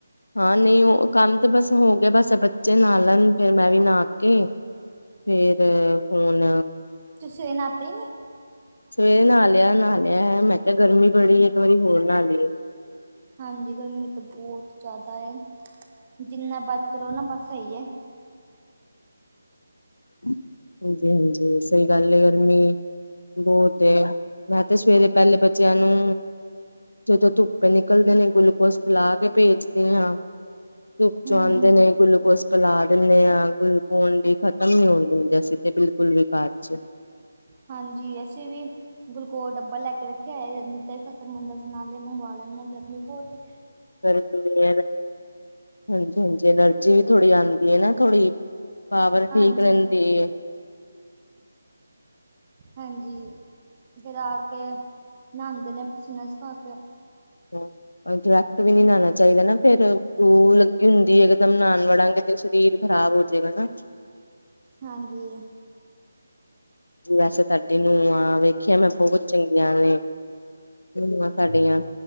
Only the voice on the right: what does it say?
ਤੁਸੀ ਹੇ ਨਾਤੇ ਨਈ
ਹਾਂਜੀ ਗਰਮੀ ਤੇ ਬੋਹਤ ਜਾਦਾ ਏ ਜਿੰਨਾ ਬਚ ਕੇ ਰੋ ਨਾ ਬਸ ਸਈ ਏ।
ਹੂੰ
ਹਾਂਜੀ ਅਸੀਂ ਵੀ। ਗਲੂਕੋ ਡੱਬਾ ਲੈ ਕੇ ਰੱਖਯਾ ਹੋਯਾ ਜਾਂ ਜਿੱਦਾਂ ਖ਼ਤਮ ਹੁੰਦਾ ਸੀ ਨਾਲੇ ਈ ਮੰਗਵਾ ਲੈਂਣੇ ਗਰਮੀ ਬੋਤ ਏ।
ਹਾਂਜੀ
ਹਾਂਜੀ ਫਿਰ ਆ ਕੇ ਨਾਅਂਦੇ ਨੇ ਪਸੀਨਾ ਸੁਖਾ ਕੇ
ਹਾਂਜੀ।